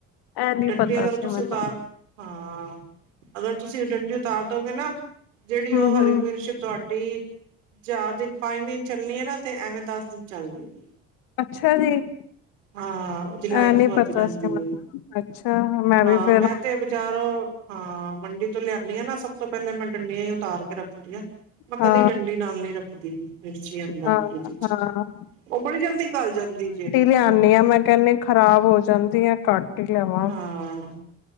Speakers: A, on the left; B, on the right.
A: ਐ ਨੀ
B: ਡੰਡੀ
A: ਪਤਾ
B: ਅਗਰ
A: ਸੀ
B: ਤੁਸੀਂ
A: ਮੈਨੂੰ,
B: ਉਤਾਰ ਹਾਂ, ਅਗਰ ਤੁਸੀਂ ਡੰਡੀ ਉਤਾਰ ਦੋਗੇ ਨਾ, ਜਿਹੜੀ
A: ਹੂੰ,
B: ਉਹ
A: ਹੂੰ,
B: ਹਰੀ ਮਿਰਚ ਤੁਹਾਡੀ ਚਾਰ ਦਿਨ-ਪੰਜ ਦਿਨ ਚੱਲਣੀ ਐ ਨਾ, ਤੇ ਐਵੇਂ ਦਸ ਦਿਨ ਚੱਲ ਜੇਗੀ।
A: ਅੱਛਾ ਜੀ।
B: ਹਾਂ ਉਹਦੀ ਲਾਈਫ
A: ਇਹ ਨੀ
B: ਵੱਧ
A: ਪਤਾ
B: ਜਾਂਦੀ
A: ਸੀ ਮੈਨੂੰ
B: ਏ,
A: ਅੱਛਾ
B: ਹਾਂ
A: ਵੀ ਫੇਰ
B: ਮੈਂ
A: ਹੁਣ
B: ਤੇ ਬਜ਼ਾਰੋਂ ਹਾਂ, ਮੰਡੀ ਤੋਂ ਲਿਆਣੀ ਆ ਨਾ, ਸਭ ਤੋਂ ਪਹਿਲੇ ਮੈਂ ਡੰਡੀਆਂ ਹੀ ਉਤਾਰ ਕੇ ਰੱਖਦੀ ਆ। ਮੈਂ ਕਦੀ
A: ਹਾਂ
B: ਡੰਡੀ ਨਾਲ ਨੀ ਰੱਖਦੀ। ਮਿਰਚੀ ਅੰਦਰ
A: ਹਾਂ
B: ਫਰਿੱਜ 'ਚ
A: ਹਾਂ
B: ਉਹ ਬੜੀ ਜਲਦੀ ਗਲ ਜਾਂਦੀ ਜੇ।
A: ਲਿਆਣੀ ਆ ਮੈਂ ਕਹਿੰਨੀ ਖਰਾਬ ਹੋ ਜਾਂਦੀ ਐ। ਘਟ ਹੀ ਲੈ ਆਓ।
B: ਹਾਂ,